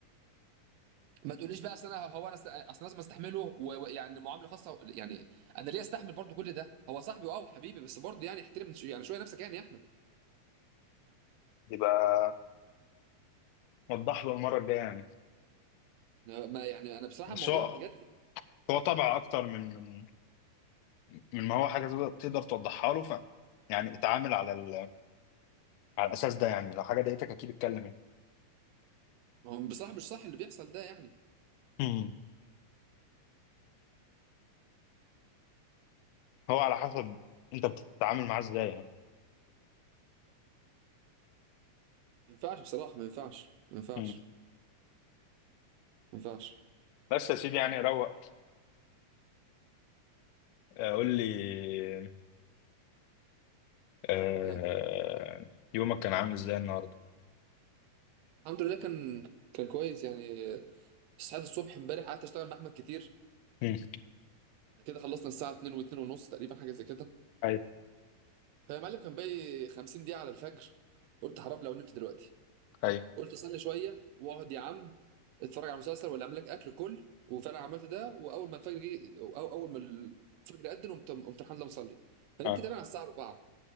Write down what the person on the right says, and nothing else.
ما تقوليش بقى اصل انا هو انا س- اصل لازم استحمله و- ويعني معامله خاصه يعني انا ليه استحمل برضو كل ده هو صاحبي اه وحبيبي بس برضو يعني احترم شو- يعني شويه نفسك يعني يا احمد
ما يعني انا بصراحه
الموضوع
بجد
هو بصراحه مش صح اللي بيحصل ده يعني
ما ينفعش بصراحه ما ينفعش ما ينفعش
ما ينفعش
إيه.
الحمد لله كان كان كويس يعني صحيت الصبح امبارح قعدت اشتغل مع احمد كتير
كده خلصنا الساعه 2 و2 ونص تقريبا حاجه زي كده
هي يا معلم كان باقي 50 دقيقه على الفجر قلت حرام لو نمت دلوقتي
قلت اصلي شويه واقعد يا عم اتفرج على مسلسل ولا اعمل لك اكل كل وفعلا عملت ده واول ما الفجر جه او أو اول ما الفجر اذن قمت قمت الحمد لله مصلي فنمت
تقريبا على الساعه 4